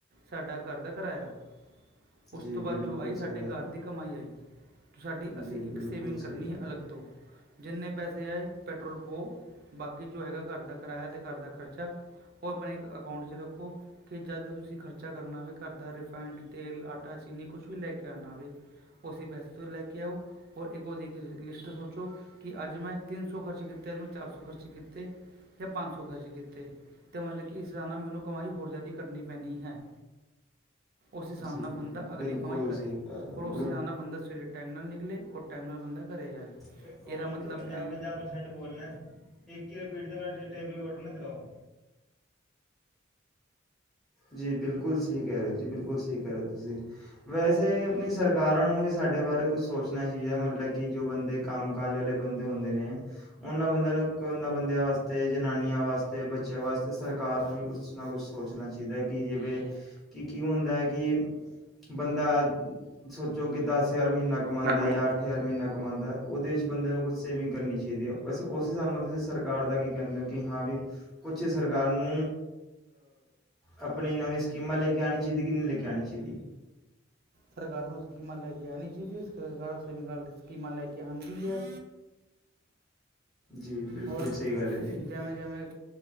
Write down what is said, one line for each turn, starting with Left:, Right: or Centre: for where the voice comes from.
Right: ਸਾਡਾ ਘਰ ਦਾ ਕਿਰਾਇਆ ਉਸ
Centre: ਜੀ ਜੀ
Right: ਤੋਂ ਬਾਅਦ
Centre: ਬਿਲਕੁਲ
Right: ਜੋ ਆਈ
Centre: ਸਹੀ
Right: ਸਾਡੇ
Centre: ਗੱਲ
Right: ਘਰ
Centre: ਹੈ
Right: ਦੀ ਕਮਾਈ ਆਈ ਸਾਡੀ ਅਸੀਂ
Centre: ਜੀ
Right: ਇੱਕ
Centre: ਬਿਲਕੁਲ
Right: ਸੇਵਿੰਗ
Centre: ਸਹੀ
Right: ਕਰਨੀ
Centre: ਗੱਲ
Right: ਹੈ ਅਲੱਗ ਤੋਂ ਜਿੰਨੇ ਪੈਸੇ ਆਏ ਪੈਟਰੋਲ ਪੋ ਬਾਕੀ ਜੋ ਘਰ ਦਾ ਕਿਰਾਇਆ ਤੇ ਘਰ ਦਾ ਖਰਚਾ ਉਹ ਆਪਣੇ ਇੱਕ ਅਕਾਊਂਟ ਚ ਰੱਖੋ ਕਿ ਜਦ ਤੁਸੀਂ ਖਰਚਾ ਕਰਨਾ ਹੋਵੇ ਘਰ ਦਾ ਰਿਫਾਇੰਡ ਤੇਲ ਆਟਾ ਚੀਨੀ ਕੁਛ ਵੀ ਲੈ ਕੇ ਆਉਣਾ ਹੋਵੇ ਅਸੀਂ ਪੈਸੇ ਤੋਂ ਲੈ ਕੇ ਆਓ ਔਰ ਇੱਕ ਉਹਦੀ ਲਿਸਟ ਸੋਚੋ ਕਿ ਅੱਜ ਮੈਂ ਤਿੰਨ ਸੌ ਖਰਚ ਕੀਤੇ ਅੱਜ ਮੈਂ ਚਾਰ ਸੌ ਖਰਚ ਕੀਤੇ ਜਾਂ ਪੰਜ ਸੌ ਖਰਚ ਕੀਤੇ ਤਾਂ ਮਤਲਬ ਕਿ ਇਸ ਤ ਨਾਲ ਮੈਨੂੰ ਕਮਾਈ ਹੋਰ ਜ਼ਿਆਦਾ ਕਰਨੀ ਪੈਣੀ ਹੈ ਉਸੇ ਸਾਹਮਣਾ
Centre: ਜੀ
Right: ਬੰਦਾ ਅਗਲੀ
Centre: ਬਿਲਕੁਲ
Right: ਕਮਾਈ ਕਰੇ
Centre: ਸਹੀ ਕਹਿ ਰਹੇ
Right: ਪਰਰ
Centre: ਹੋ
Right: ਉਸੇ ਸਮ ਨਾਲ ਬੰਦਾ ਸਵੇਰੇ ਟਾਈਮ ਨਾਲ ਨਿਕਲੇ <unintelligible> ਘਰੇ ਆਏ
Centre: ਮੈਂ ਕਾਲਿੰਗ
Right: ਇਹਦਾ ਮਤਲਬ
Centre: 'ਚ ਪੰਜਾਹ
Right: ਐ ਨਹੀਂ
Centre: ਪੰਜਾਹ ਪਰਸੈਂਟ ਬੋਲਣਾ ਇੱਕ ਹੀ ਰਪੀਟ ਟੇਬਰੀ ਕੋਡ ਨਾ ਚਲਾਓ ਜੀ ਬਿਲਕੁਲ ਸਹੀ ਕਹਿ ਰਹੇ ਹੋ ਜੀ ਬਿਲਕੁਲ ਸਹੀ ਕਹਿ ਰਹੇ ਹੋ ਤੁਸੀਂ ਵੈਸੇ ਆਪਣੀ ਸਰਕਾਰਾਂ ਨੂੰ ਵੀ ਸਾਡੇ ਬਾਰੇ ਕੁਛ ਸੋਚਣਾ ਚਾਹੀਦਾ ਮਤਲਬ ਕਿ ਜੋ ਬੰਦੇ ਕੰਮ ਕਾਜ ਵਾਲੇ ਬੰਦੇ ਹੁੰਦੇ ਨੇ ਉਹਨਾਂ ਬੰਦਿਆਂ ਨੂੰ ਉਹਨਾਂ ਬੰਦਿਆਂ ਵਾਸਤੇ ਜਨਾਨੀਆਂ ਵਾਸਤੇ ਬੱਚਿਆਂ ਵਾਸਤੇ ਸਰਕਾਰ ਨੂੰ ਵੀ ਕੁਛ ਨਾ ਕੁਛ ਸੋਚਣਾ ਚਾਹੀਦਾ ਕਿ ਜਿਵੇਂ ਕਿ ਕੀ ਹੁੰਦਾ ਹੈ ਕਿ ਬੰਦਾ ਸੋਚੋ ਕਿ ਦਸ ਹਜ਼ਾਰ ਮਹੀਨਾ ਕਮਉਂਦਾ
Right: ਨਾ ਕਮਾ
Centre: ਹੈ ਜਾਂ ਅੱਠ ਹਜ਼ਾਰ ਮਹੀਨਾ ਕਮਾਉਂਦਾ ਉਹਦੇ ਵਿੱਚ ਬੰਦੇ ਨੂੰ ਕੁਛ ਸੇਵਿੰਗ ਕਰਨੀ ਚਾਹੀਦੀ ਹੈ ਬਸ ਉਸ ਹਿਸਾਬ ਨਾਲ ਤੁਸੀਂ ਸਰਕਾਰ ਦਾ ਕੀ ਕਹਿੰਦੇ ਹੋ ਕਿ ਹਾਂ ਵੀ ਕੁਛ ਸਰਕਾਰ ਨੂੰ ਆਪਣੀ ਨਵੀਂ ਸਕੀਮਾਂ ਲੈ ਕੇ ਆਉਣੀ ਚਾਹੀਦੀ ਕਿ ਨਹੀਂ ਲੈ ਕੇ ਆਉ ਚਾਹੀਦੀ
Right: ਸਰਕਾਰ ਨੂੰ ਸਕੀਮਾਂ ਲੈ ਕੇ ਹੈ ਨ ਜਦੀ ਸਰਕਾਰ ਸਮੀ ਸਕੀਮਾਂ ਲੈ ਕੇ ਆਉਂਦੀ ਹੈ
Centre: ਜੀ ਬਿਲਕੁਲ
Right: ਔਰ
Centre: ਸਹੀ ਗੱਲ ਹੈ ਜੀ
Right: ਜਿਵੇਂ ਜਿਵੇਂ